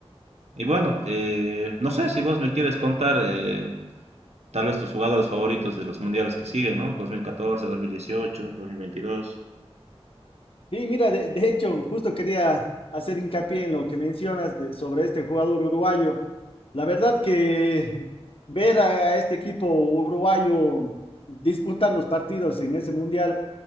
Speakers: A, on the right (about 80°); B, on the left (about 60°).
A: Y bueno, eh, no sé si vos me quieres contar eh, tal vez tus jugadores favoritos de los mundiales que siguen, ¿no? 2014, 2018, 2022.
B: Sí, mira, de, de hecho, justo quería hacer hincapié en lo que mencionas de- sobre este jugador uruguayo. La verdad que ver a, a este equipo uruguayo disputar los partidos en ese mundial